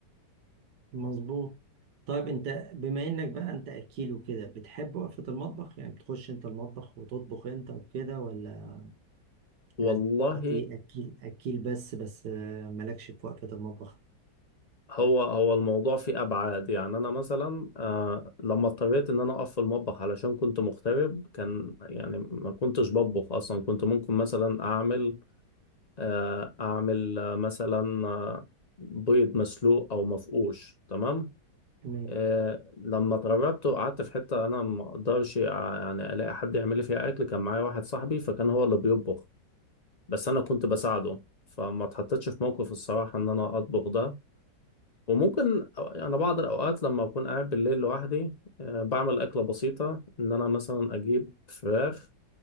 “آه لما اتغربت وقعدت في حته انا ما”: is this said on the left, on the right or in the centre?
Left